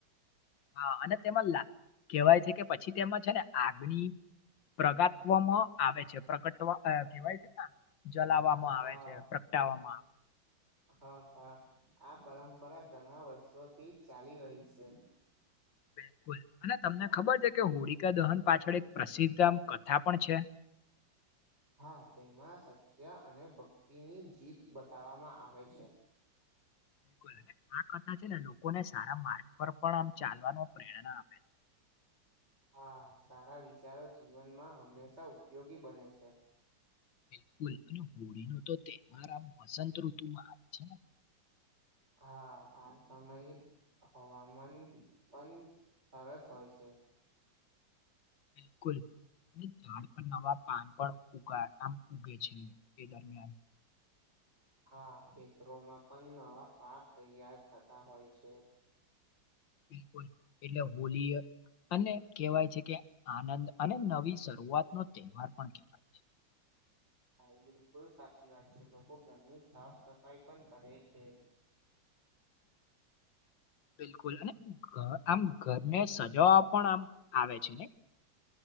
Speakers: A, on the left (about 70°); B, on the right (about 30°).
A: હા અને તેમાં કેહેવાય છે કે પછી તેમાં છે ને આગ્નડી પ્રગાત્વામાં આવે છે પ્રગટ કેહેવાય છે ને જલાવવામાં આવે
B: હા
A: છે પ્રગટાવામાં આવે
B: હા હા આ પરંપરા ઘણા વર્ષોથી ચાલી રહી છે
A: બિલકુલ અને તમને ખબર છે કે હોળિકા દહન પાછળ એક પ્રસિદ્ધ આમ કથા પણ છે <inaudible>
B: હા તેમાં સત્ય અને ભક્તિની જીત બતાવવામાં આવે છે
A: બિલકુલ અને આ કથા છે ને લોકોને સારા માર્ગ પર પણ આમ ચાલવાનો પ્રેરણા આપે છે <inaudible>
B: હા સારા વિચારો જીવનમાં હંમેશા ઉપયોગી બને છે
A: બિલકુલ અને હોળી નો તો તહેવારમ વસંત ઋતુમાં આવી છે ને
B: હા આ સમય હવામાન પણ સરસ હોય છે
A: <inaudible> બિલકુલ અને ઝાડ પર નવા પાન પણ ઉગે આમ ઉગે છે એ દરમિયાન
B: આ ખેતરોમાં પણ નવા પાક તૈયાર થતા હોય છે
A: બિકુલ એટલે હોલી અને કહેવાય છે કે આનંદ અને નવી શરૂઆત નો તહેવાર પણ કેહેવાય છે
B: હા એ બિલકુલ સાચી વાત છે લોકો ઘરની સાફ સફાઈ પણ કરે છે
A: <inaudible> બિલકુલ અને આમ ઘરને સજાવવા પણ આમ આવે છે ને